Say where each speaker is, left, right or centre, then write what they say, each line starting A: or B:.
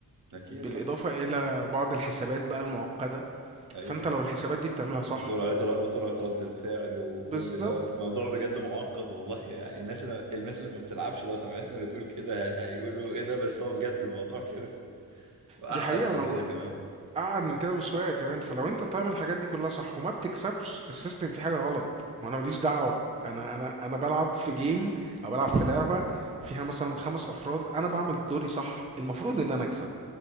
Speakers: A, on the right; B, on the right.
A: <laughs> اكيد
B: بالإضافة
A: اه
B: إلى بعض الحسابات بقى المعقدة
A: ايوه
B: فأنت لو الحسابات دي بتعملها صح
A: وسرعة ر- وسرعة رد الفعل وكل
B: بالظبط
A: ده الموضوع بجد معقد والله يعني الناس اللي الناس اللي ما بتلعبش لو سمعتنا بتقول كده هي- هيقولوا ايه ده بس هو بجد الموضوع كده وأعقد
B: دي حقيقة ما
A: من
B: أنا
A: كده
B: بقول
A: كمان
B: أقعد من كده بشوية كمان فلو أنت بتعمل الحاجات دي كلها صح وما بتكسبش السيستم فيه حاجة غلط وأنا ماليش دعوة أنا أنا أنا بلعب في جيم أو بلعب في لعبة فيها مثلا خمس أفراد أنا بعمل دوري صح المفروض إن أنا أكسب